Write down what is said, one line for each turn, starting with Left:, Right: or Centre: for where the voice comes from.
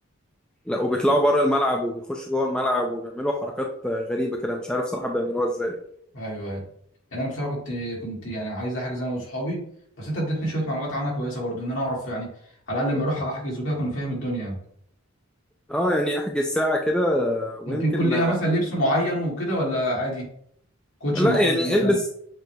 Centre: لا وبيطلعوا بره الملعب وبيخشوا جوه الملعب وبيعملوا حركات غريبة كده مش عارف صراحة بيعملوها ازاي
Left: ايوه ايوه يعني انا بصراحه كنت كنت يعني عايز احجز انا واصحابي بس انت اديتني شويه معلومات عنها كويسه برضو ان انا اعرف يعني على الاقل لما اروح احجز وكده اكون فاهم الدنيا يعني
Centre: اه يعني احجز ساعة كده ويمكن
Left: طب بيكون ليها مثلا لبس معين وكده ولا عادي كوتش
Centre: لا
Left: معين
Centre: يعني
Left: مثلا
Centre: البس